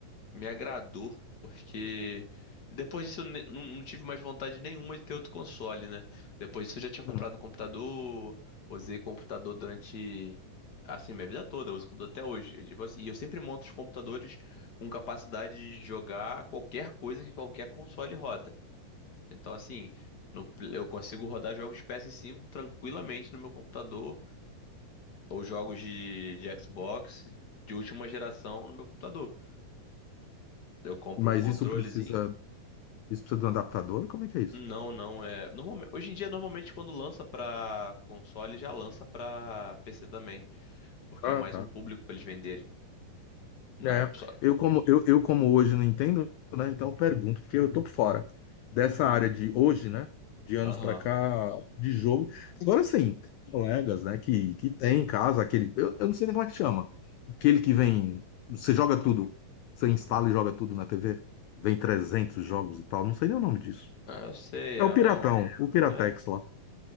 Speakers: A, on the left (about 50°); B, on the left (about 85°).
A: me agradou, porque depois disso eu ne- não, não tive mais vontade nenhuma de ter outro console, né? Depois disso eu já tinha comprado
B: Hum.
A: um computador, usei computador durante, assim, minha vida toda, eu uso computador até hoje. E, Tipo assim, e eu sempre monto os computadores com capacidade de jogar qualquer coisa que qualquer console roda. Então, assim, no pl- eu consigo rodar jogos de PS5 tranquilamente no meu computador, ou jogos de de Xbox de última geração no meu computador. Eu compro
B: Mas
A: um controlezinho,
B: isso precisa, isso precisa de um adaptador? Como é que é isso?
A: Não, não é. Normalmente, hoje em dia, normalmente, quando lança pra console, já lança pra PC também. Porque
B: Ah,
A: é mais
B: tá.
A: um público pra eles venderem.
B: É,
A: Ah, é só-
B: eu como eu, eu como hoje não entendo, né? Então eu pergunto, porque eu tô por fora dessa área de hoje, né? De anos
A: Aham.
B: pra cá, de jogo. Agora sim, tem colegas, né? Que, que tem em casa aquele, eu, eu não sei nem como é que chama, aquele que vem, você joga tudo, você instala e joga tudo na TV, vem 300 jogos e tal, não sei nem o nome disso.
A: Ah, eu sei,
B: É
A: é,
B: o
A: é
B: Piratão,
A: um.
B: o Piratex
A: É.
B: lá,